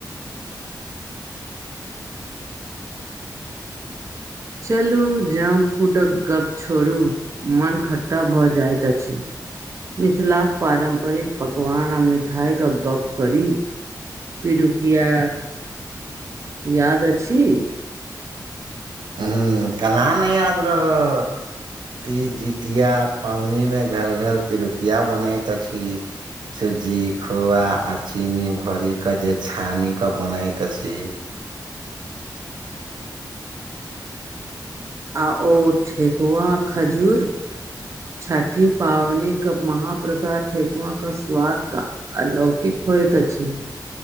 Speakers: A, on the right; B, on the right.
A: चलू जंक फूडक गप छोड़ू मन खट्टाभ जाइत अछि। मिथिलाक पारम्परिक पकवान आ मिठाईके गप्प करी। पिरुकिया याद अछि?
B: हूं केना नहि याद रहत। ती जितिया पावनी में घर घर पिरुकिया बनैत अछि। सुज्जी खोआ आ चीनी भर के जे छानी के बनाैत अछि।
A: आ ओ ठेकुआ खजूर? छठि पावनीक महप्रसाद ठेेकुआक स्वाद त अलौकिक होयत अछि